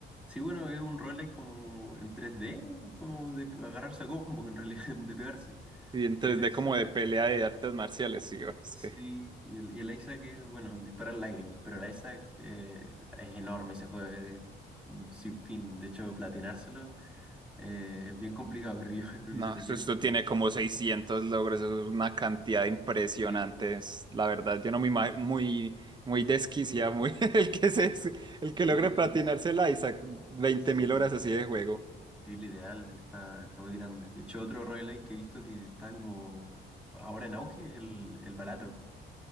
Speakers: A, in the centre; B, on the right.
A: Sí, bueno, es un roguelike como en 3D, como de agarrarse a combos en realidad, <laughs> de pegarse.
B: Y en
A: Y
B: 3D
A: el Isaac,
B: como de pelea de artes marciales, sí, bueno, es
A: sí,
B: que...
A: y el, y el Isaac es, bueno, disparar lágrimas, pero el Isaac eh, es enorme ese juego, es sin fin. De hecho, platinárselo eh, es bien complicado, creo yo, <laughs> creo
B: No,
A: que se requieren.
B: eso- esto tiene como 600 logros, eso es una cantidad impresionante.
A: Sí,
B: es- la verdad, yo no me imagino, muy, muy desquiciada, muy, <laughs> el que se, el que
A: sí,
B: logre platinarse el Isaac, veinte
A: sí.
B: mil horas así de juego.
A: Sí, literal, está, está muy grande. De hecho, otro roguelike que he visto que está como ahora en auge es el, el Balatro.